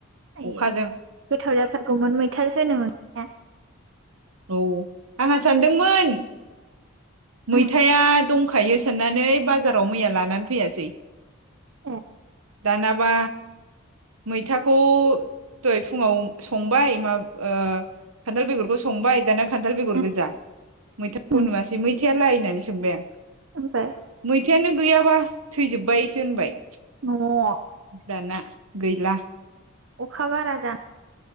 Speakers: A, on the right; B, on the right.
A: आयो
B: अखाजों
A: गोथाव जाथारगौमोन मैथा होनो मोननायबा।
B: औ आंहा सानदोंमोन मैथाया
A: उम
B: दं होखायो साननानै बाजाराव मैया लानानै फैयासै
A: एह
B: दानाबा मैथाखौ दहय फुङाव संबाय मा ओ खान्थाल बेगरखौ संबाय दाना खान्थाल बेगर
A: उम
B: गोजा मैथाखौ
A: उम
B: नुवासै मैथाया लाइ होननानै सोंबाय आं
A: ओमफ्राय।
B: मैथायानो गैयाबा थैजोबबायसो होनबाय
A: <unintelligible>
B: दाना गैला
A: अखाबारा जा